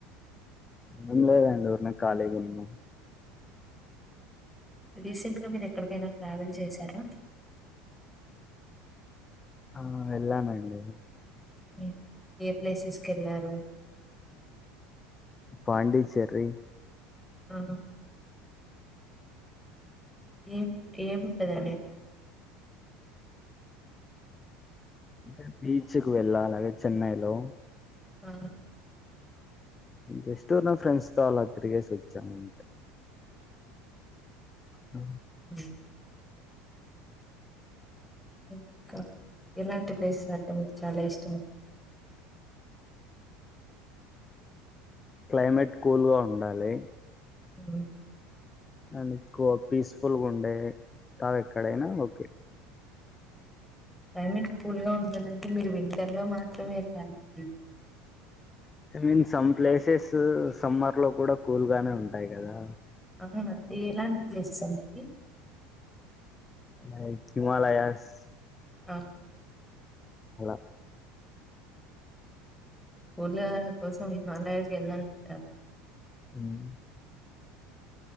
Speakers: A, on the left; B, in the centre.
A: ఏం లేదండి ఊరినే ఖాళీ గా ఉన్న
B: రీసెంట్గా మీరు ఎక్కడికైనా ట్రావెల్ చేశారా
A: ఆ వెళ్ళానండి
B: ఉమ్. ఏ ప్లేసెస్ కి వెళ్ళారు
A: పాండిచ్చేరి
B: ఆ ఏం ఏముంటదండి
A: అంటే బీచ్కి వెళ్ళాలి చెన్నైలో
B: ఆ
A: జస్ట్ నా ఫ్రెండ్స్ తో అలా తిరిగేసి వచ్చాము అంతే ఆ
B: హ్మ్ ఇంకా ఎలాంటి ప్లేసెస్ అంటే మీకు చాలా ఇష్టం
A: క్లైమేట్ కూల్ గా ఉండాలి
B: ఉమ్.
A: అండ్ ఎక్కువ పీస్ఫుల్ గుండే తావెక్కడైనా ఓకే
B: క్లైమేట్ కూల్ గా ఉండాలంటే మీరు వింటర్ లో మాత్రమే ఎళ్ళాలండి
A: I mean some places summer లో కూడా కూల్ గానే ఉంటాయి కదా
B: ఏం అండి ఎలాంటి ప్లేసెస్ అండి
A: లైక్ హిమాలయాస్
B: ఆ
A: అలా
B: <inaudible> కోసం హిమాలయాలకి వెళ్ళాలంటారు
A: ఉమ్